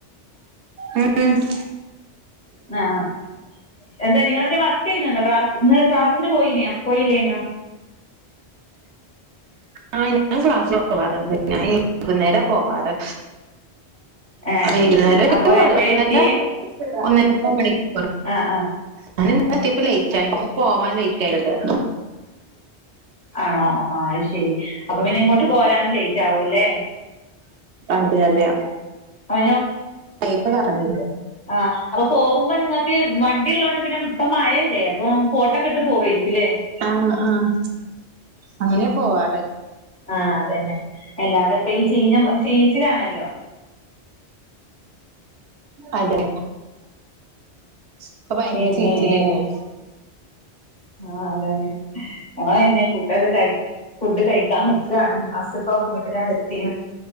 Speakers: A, on the right (about 80°); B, on the left (about 40°).
A: <inaudible>
B: ആഹ് എന്താ നിങ്ങളെന്ത്‌ വർക്ക് ചെയ്യുന്നുണ്ടോ ക്ലാസ് ഇന്ന് ക്ലാസ്സിന് പോയിനോ പോയില്ലേനോ
A: ആഹ് ഞാൻ ക്ലാസ്സിന് പോവാറ്ണ്ട് ഞാൻ വൈകുന്നേര പോവാറ്
B: ഏ
A: വൈകുന്നേരം ഒരു
B: അപ്പൊ എപ്പഴാ
A: ഒന്നരം
B: എത്തിയേ
A: ഒന്ന മുക്ക മണിക്കൂർ
B: അ അ <inaudible>
A: ഞാൻ ഇന്ന് എത്തിയപ്പോ ലേറ്റ് ആയി ഇന്ന് പോവാൻ ലേറ്റ് ആയില്ലേ
B: അഹ്ആണോ? ആഹ് ശെരി. അപ്പൊ പിന്നെ ഇങ്ങോട്ട് പോരാനും ലേറ്റ് ആകുല്ലേ?
A: അതെ അതെ
B: അയ്നോ
A: ടൈമ് പറഞ്ഞേ
B: ആഹ്അപ്പൊ പോകുമ്പോ നിങ്ങൾക്ക് വണ്ടി ഉള്ളൊണ്ട് പിന്നെ ഇപ്പ മഴല്ലേ അപ്പൊ കോട്ടൊക്കെ ഇട്ട് പോവയിരിക്കും. ഇല്ലേ
A: ആഹ് ആഹ് അങ്ങനെ പോവാറ്.
B: ആഹ് അതന്നെ അല്ലാതെപ്പാ ഈ ചീന ചേച്ചിലാണല്ലോ
A: അതെ ഇപ്പൊ ഭയങ്കര
B: പിന്നെ
A: ചീച്ചലല്ലേ
B: ആഹ് അതന്നെ ഫുഡൊക്കെ കഴ ഫുഡ് കഴിക്കൻ നി സാണ് അസ്പ്പ വീട്ടിലാണ്ട് എത്തിണ്.